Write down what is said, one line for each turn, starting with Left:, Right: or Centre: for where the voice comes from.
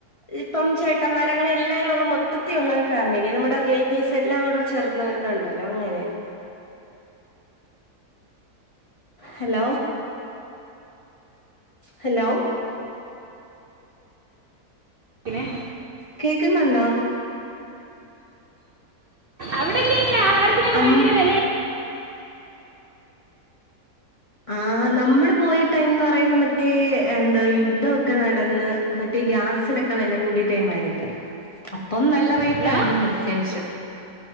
Left: ഇപ്പം ചേട്ടന്മാർ അങ്ങനെ എല്ലാരും ഉള്ള മൊത്തത്തിലുള്ള ഒരു ഫാമിലി നമ്മുടെ റിലേറ്റീസ് എല്ലാം കൂടെ ചേർന്നു. ഇതുണ്ടല്ലോ അങ്ങനെ ഹലോ ഹലോ
Right: പിന്നെ
Left: കേക്കുന്നുണ്ടോ
Right: അവിടെയൊക്കെ എങ്ങനെയാ ആഹാരത്തിനൊക്കെ
Left: അം
Right: ഭയങ്കര വില.
Left: ആ നമ്മള് പോയ ടൈം എന്ന് പറയുന്ന മറ്റേ എന്താ യുദ്ധമൊക്കെ നടന്ന് മറ്റേ ഗ്യാസിനൊക്കെ വില കൂടി. <unintelligible> അപ്പോ നല്ല റൈറ്റ്
Right: ഹലോ
Left: ആയിരുന്നു അത്യാവശ്യം.